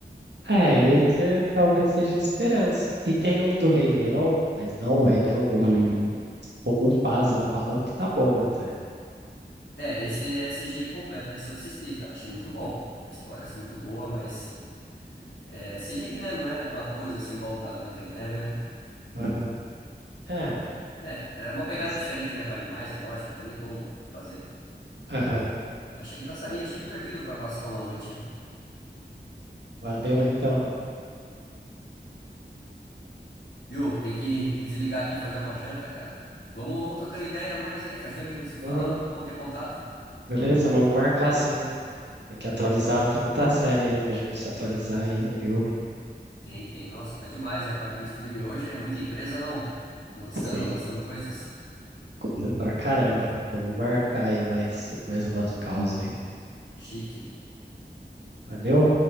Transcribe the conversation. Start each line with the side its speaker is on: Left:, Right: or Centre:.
Right: É, esse talvez seja a esperança. E tem um do Rei Leão, mas não o Rei Leão, o, o Mufasa falam que tá bom até.
Left: É, esse é CGI completo, esse eu assisti, cara, achei muito bom. A história achei muito boa, mas é CGI, né? Não é com atores assim igual o da Branca de Neve, né?
Right: Aham. É,
Left: É, é uma pegada
Right: mas,
Left: diferente, né? Com animais, né? Lógico, não tem nem como fazer.
Right: aham,
Left: Achei engraçadinho,
Right: é.
Left: achei divertido pra passar uma noite aí.
Right: Valeu então.
Left: Viu? Tem que, tem que desligar aqui e fazer uma janta, cara. Vamos, vamos trocando ideia mais aí, faz tempo que a gente não se
Right: Demorou?
Left: fala, vamos manter contato.
Right: Beleza, vamos marcar sim. Tem que atualizar, tem muita série aí pra gente se atualizar aí, filme.
Left: Tem, tem, nossa, tá demais a parte de streaming hoje, é muita empresa não lançando,
Right: Tem
Left: lançando coisas.
Right: coisa pra caramba. Vamos marcar aí mais, mais umas causas aí.
Left: Chique.
Right: Valeu?